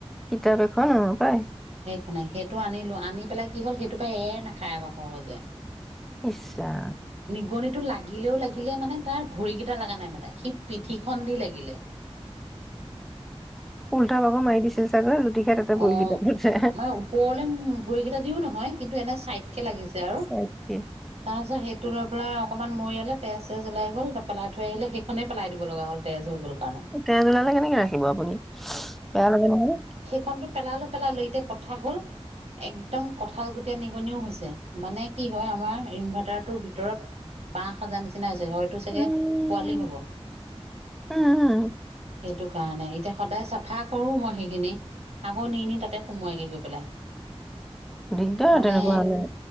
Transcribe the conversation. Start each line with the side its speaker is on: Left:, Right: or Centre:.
Centre: কিতাপ এখনপাই
Right: মানে সেইটো আনিলো আনি পেলাই কি হ'ল সেইটো পৰা এৰ নাখায় আকৌ সহজে
Centre: ইছৰাম
Right: ঘগনিটো লাগিলেও লাগিলে মানে তাৰ ভৰিকেইটা লগা নাই মানে সি পিঠিখন দি লাগিলে
Centre: উল্টা বাবৰ মাৰি দিছিল চাগৈ খাই তাতে পৰিল
Right: অ
Centre: কিতাপতে
Right: মানে ওপৰলে ভৰিকেইটা দিও নহয় কিন্তু এনে ছাইড একে লাগিছে আৰু
Centre: তাকে
Right: তাৰপিছত সেই টো লৈ পেলাই অকণমান মৰিয়ালে তেজ তেজ ওলাই গল পেলাই থৈ আহিলে সেইখনেই পেলাই দিব লগা হ'ল তেজ হৈ গ'ল কাৰণে।
Centre: তেজ ওলালে কেনেকে ৰাখিব আপুনি বেয়া লাগে নহয়।
Right: খন টো পেলালো পেলালো এতিয়া কথা হল একদম কঠাল গুটীয়া নিগনিও হৈছে মানে কি হয় আমাৰ ইনভাৰ্টাৰটোৰ ভিতৰত বাহ সাজাৰ নিচিনা হৈ ছে হয়তো চাগে
Centre: উম
Right: পোৱালি হ'ব
Centre: উম
Right: সেইটো কাৰণে এতিয়া সদায় চাফা কৰো মই সেইখিনি আকৌ নি নি তাতে সোমোৱাকে গৈ পেলাই
Centre: দিগদাৰ
Right: মানে
Centre: তেনেকুৱা হলে